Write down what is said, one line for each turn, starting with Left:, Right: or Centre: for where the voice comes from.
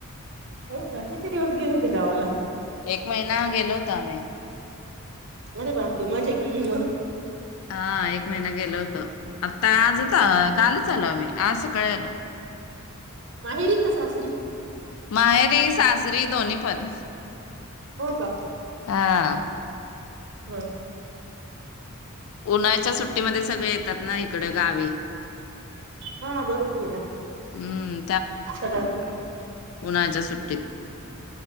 Right: हो, का किती दिवस गेले होते गावाला?
Left: एक महिना गेलो होतो आम्ही.
Right: अररे बापरे! मजा केली मग?
Left: हा एक महिना गेलो होतो. आता आजच कालच आलो आम्ही आज सकाळी आलो.
Right: माहेरी का सासरी?
Left: माहेरी सासरी दोन्ही पण.
Right: हो का?
Left: हा.
Right: हम्.
Left: उन्हाळ्याच्या सुट्टीमध्ये सगळे येतात ना इकड गावी.
Right: हा, बरोबर आहे ना
Left: हम्म
Right: सगळ.
Left: उन्हाळ्याच्या सुट्टीत.